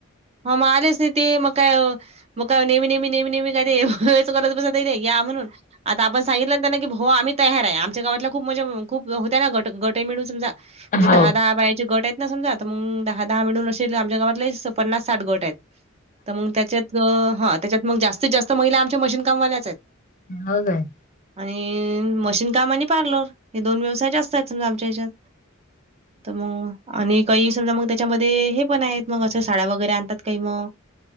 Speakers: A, on the right; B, on the left.
A: ह मग आलेच नाही ते मग काय मग का नेहमी नेहमी नेहमी नेहमी कधे- च करत बसत या म्हणून आता आपण सांगितलं त्यांना की हो आम्ही, तयार आहे आमच्या गावातल्या खूप म्हणजे खूप होत ना गट गट मिळून समजा म्हणजे
B: हो.
A: दहा दहा बायाचे गट आहेत समजा मग दहा दहा मिळून असे आमच्या गावातले पन्नास साठ गट आहेत तर मग त्यांच्यात, ग हा त्याच्यात मग जास्तीत जास्त महिला आमच्या मशीन कामवाल्याच आहेत.
B: ह काय?
A: आणि मशीन काम आणि पार्लर हे दोन व्यवसाय जास्त आहेत समजा आमच्या हेच्यात. तर मंग आणि काही समजा मग त्याच्यामध्ये हे पण आहेत मग असंच साड्या वगैरे आणतात काही मग